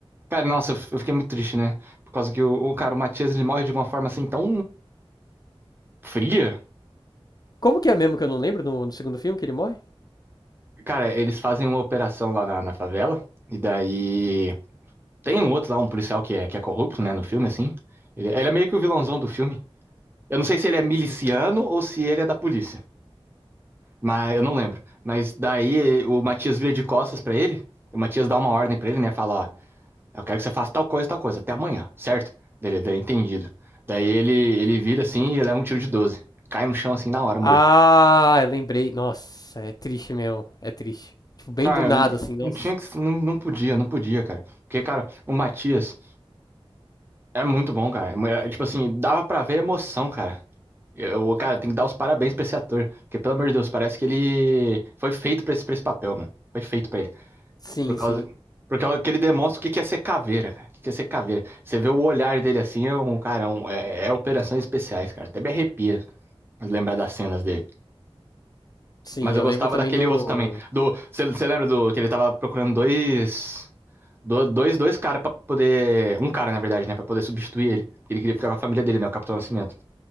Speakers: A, on the right; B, on the left.
A: Cara, nossa, eu f- eu fiquei muito triste, né? Por causa que o, o cara, o Matias, ele morre de uma forma assim tão fria.
B: Como que é mesmo que eu não lembro no, no segundo filme que ele morre?
A: Cara, eles fazem uma operação lá na, na favela. E daí. Tem um outro lá, um policial que é, que é corrupto, né? No filme, assim. Ele, ele é meio que o vilãozão do filme. Eu não sei se ele é miliciano
B: Hum.
A: ou se ele é da polícia. Mas eu não lembro. Mas daí eh, o Matias vira de costas pra ele. O Matias dá uma ordem pra ele, né? Fala, ó. Eu quero que você faça tal coisa, tal coisa, até amanhã, certo? Dele, daí entendido. Daí ele, ele vira assim e leva um tiro de 12, Cai no chão assim na hora,
B: Ah,
A: morto.
B: eu lembrei. Nossa, é triste mesmo. É triste. Tipo, bem
A: Cara,
B: do nada,
A: não
B: assim, nossa.
A: não tinha que. Não, não podia, não podia, cara. Porque, cara, o Matias é muito bom, cara. É, mu- é, tipo assim, dava pra ver a emoção, cara. Eu, cara, tem que dar os parabéns pra esse ator. Porque, pelo amor de Deus, parece que ele foi feito pra esse, pra esse papel, mano. Foi feito pra ele.
B: Sim,
A: Por causa,
B: sim.
A: por causa que ele demonstra o que que é ser caveira, cara. O que que é ser caveira. Você vê o olhar dele assim, é um cara, é, um- é- é operações especiais, cara. Até me arrepia lembrar das cenas dele.
B: Sim,
A: Mas eu
B: eu
A: gostava
B: lembro também
A: daquele
B: do.
A: outro também. Do, você, você lembra do que ele tava procurando dois, do- dois, dois caras pra poder, um cara na verdade, né, Pra poder substituir ele. Ele queria ficar com a família dele, né, o Capitão Nascimento.